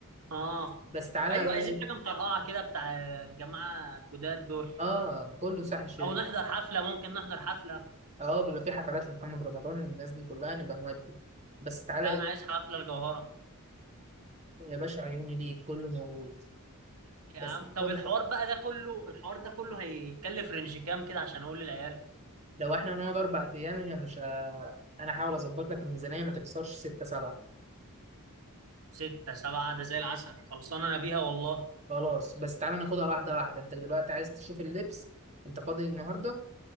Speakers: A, on the right; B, on the right.
A: اه
B: بس تعالى
A: ايوه
B: بقى
A: عايزين
B: إيه،
A: حاجه مطرقعه كده بتاع الجماعه الجداد دول
B: اه كله ساحل شرير
A: او نحضر حفله ممكن نحضر حفله
B: اه بيبقى في حفلات لمحمد رمضان والناس دي كلها نبقى نودي بس تعالى
A: لا
B: إيه،
A: انا عايز حفله الجوهره
B: يا باشا عيوني ليك كله موجود
A: يا
B: بس
A: عم طب
B: خد
A: الحوار بقى ده كله الحوار ده كله هيكلف رينج كام كده عشان اقول للعيال
B: لو احنا هنقعد اربع ايام يعني مش ه- انا هحاول اظبط لك الميزانيه ما تكسرش ستة سبعة
A: ستة سبعة ده زي العسل خلصانه انا بيها والله
B: خلاص بس تعالى ناخدها واحده واحده انت دلوقتي عايز تشوف اللبس انت فاضي النهارده